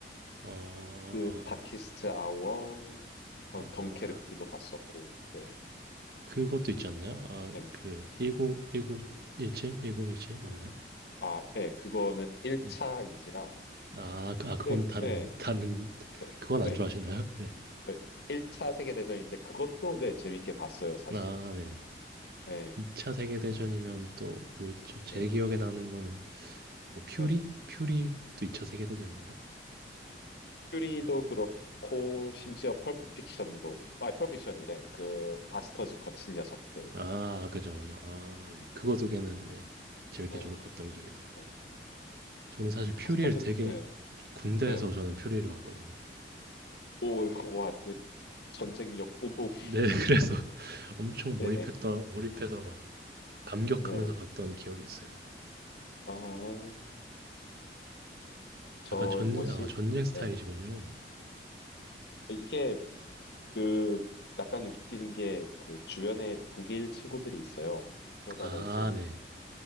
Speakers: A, on the right; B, on the left.
A: 어.
B: 그 다키스트 아워, 어,
A: 아.
B: 덩케르크도 봤었고, 네.
A: 그것도 있지 않나요? 아
B: 네.
A: 그 19
B: 음.
A: 1구일7 일구 일칠 맞나요?
B: 아, 예, 그거는 1차인지라.
A: 네. 아 그 아 그건
B: 근데,
A: 다른
B: 예,
A: 건가 다른 <laughs>
B: 예,
A: 그건 안
B: 예,
A: 좋아하시나요? 네.
B: 그 1차 세계대전인데 그것도, 네, 재밌게 봤어요, 사실.
A: 아 네.
B: 예,
A: 2차 세계 대전이면 또 뭐 있죠?
B: 네,
A: 제 기억에 나는 거는 뭐 퓨리?
B: 네네.
A: 퓨리도 2 차 세계 대전인가요?
B: 퓨리도 그렇고, 심지어 펄프픽션도, 아, 펄프픽션이래. 그, 바스터즈 거친 녀석들.
A: 아 그죠, 그죠. 아 네.
B: 네,
A: 그거 두 개는 네 재밌게
B: 네,
A: 저도 봤던 기억이 납니다.
B: 네.
A: 저는 사실 퓨리를
B: 바스터즈,
A: 되게
B: 네
A: 군대에서
B: 네
A: 저는 퓨리를 봤거든요.
B: 오, <laughs> 와, 네, 전쟁력 뿜뿜. <laughs>
A: 네 <laughs> 그래서 엄청 몰입했다
B: 네네,
A: 몰입해서 막 감격하면서
B: 네네.
A: 봤던 기억이 있어요.
B: 아, 전
A: 약간 전
B: 뭐지?
A: 아 전쟁 스타일이시군요.
B: 네. 이게, 그 약간 웃긴 게 그 주변에 독일 친구들이 있어요. 그러다가
A: 아
B: 이제
A: 네.